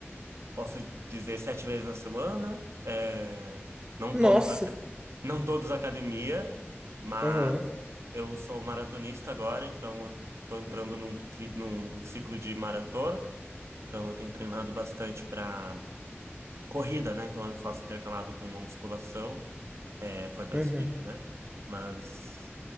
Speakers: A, on the right; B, on the right.
A: posso dizer, sete vezes na semana. É, não
B: Nossa!
A: todos, não todos academia, mas
B: Aham,
A: eu sou maratonista agora, então eu estou entrando num, cli- num ciclo de maratona. Então, eu tenho treinado bastante para corrida, né? Então, eu faço intercalado com uma musculação, é, fortalecimento,
B: uhum,
A: né? Mas